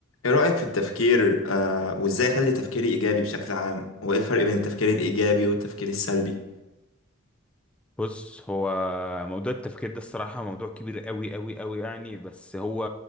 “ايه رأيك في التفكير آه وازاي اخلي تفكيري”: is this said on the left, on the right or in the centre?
Left